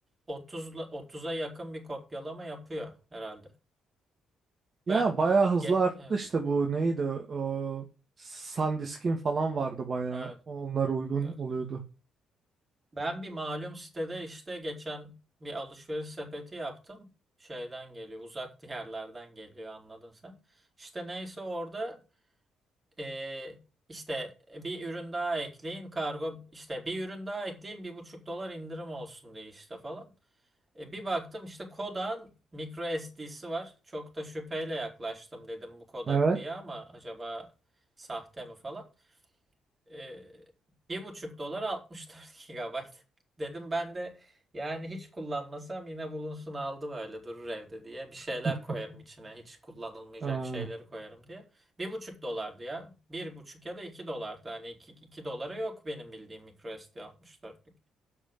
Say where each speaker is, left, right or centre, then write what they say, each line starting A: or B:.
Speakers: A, on the right (about 25°); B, on the right (about 45°).
A: 30'la 30'a yakın bir kopyalama yapıyor herhalde.
B: ya
A: Ben
B: bayağı hızlı
A: ge-
B: arttı
A: evet
B: işte bu neydi o SanDisk'in falan vardı bayağı.
A: evet
B: Onlar uygun
A: evet.
B: oluyordu.
A: Ben bir malum sitede işte geçen bir alışveriş sepeti yaptım. Şeyden geliyor, uzak <laughs> diyarlardan geliyor anladın sen. İşte neyse orada eee, işte bir ürün daha ekleyin kargo işte bir ürün daha ekleyin bir buçuk dolar indirim olsun diye işte falan. E, bir baktım işte Kodak'ın micro SD'si var. Çok da şüpheyle yaklaştım dedim bu Kodak
B: Evet.
A: diye ama acaba sahte mi falan. Ee, bir buçuk dolar 64 gigabayt. <laughs> Dedim ben de yani hiç kullanmasam yine bulunsun aldım öyle durur evde diye. Bir şeyler
B: <laughs>
A: koyarım içine hiç kullanılmayacak
B: Aa,
A: şeyleri koyarım diye. Bir buçuk dolardı ya. Bir buçuk ya da iki dolardı. Hani iki, iki dolara yok benim bildiğim microSD 64'lük.